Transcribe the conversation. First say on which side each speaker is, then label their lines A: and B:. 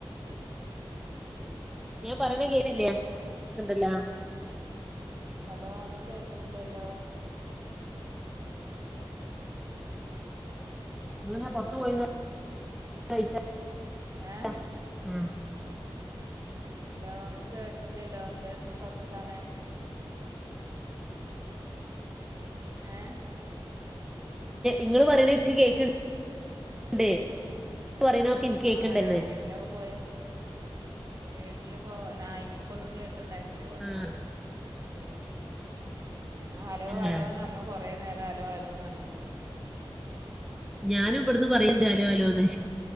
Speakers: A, in the centre; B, on the right.
A: ഞാൻ പറയണ കേക്കാണില്ലാ റേഞ്ച് ഇണ്ടല്ലോ
B: ഹലോ ഒന്നും കേക്കണില്ലല്ലോ
A: അങ്ങനെ പൊറത്തു
B: ഹലോ
A: പോയിന്ന് <unintelligible>
B: ഏ
A: ആ
B: ഹലോ ഒന്നും കേട്ടില്ലല്ലോ എന്തായിരുന്നു കൊറച്ച് സമയം ഏ
A: ഇങ്ങൾ പറേണെ എൻക്ക് കേക്ക്ണ്ടെ ഇങ്ങള് പറയണ ഇൻക്ക്
B: ആ
A: കേക്ക്ണ്ടന്ന്
B: നാ വീട് <unintelligible> പോയി വീട്ടിലിപ്പോ നാ എനിക്കൊന്നും കേക്കണ്ടായിരുന്നില്ല കൊറച്ച്
A: ആഹ്
B: സമയം ഞാൻ ഹലോ
A: തന്നെ
B: ഹലൊന്ന് പറഞ്ഞു കൊറേ നേരം ഹലോ ഹലോന്ന് പറഞ്ഞോണ്ടിരുന്നു
A: ഞാനും ഇവിട്ന്ന് പറയണ്ട് അലോ അലോന്ന്